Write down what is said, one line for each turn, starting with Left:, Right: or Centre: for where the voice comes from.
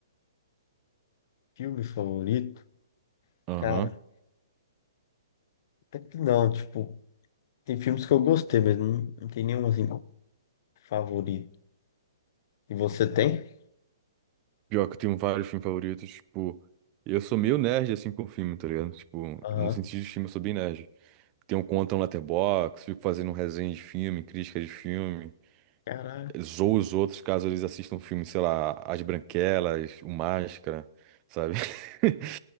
Left: Filme favorito?
Right: Aham.
Left: Cara. Até que não, tipo, tem filmes que eu gostei, mas não, não tem nenhum assim favorito. E você tem?
Right: Pior que eu tenho vários filmes favoritos, tipo, eu sou meio nerd assim com filme, tá ligado? Tipo,
Left: Aham.
Right: no sentido de filme eu sou bem nerd. Tenho conta no Letterboxd, fico fazendo resenha de filme, crítica de filme.
Left: Caraca.
Right: zoa os outros caso eles assistam um filme, sei lá, As Branquelas, O Máscara, sabe? <laughs>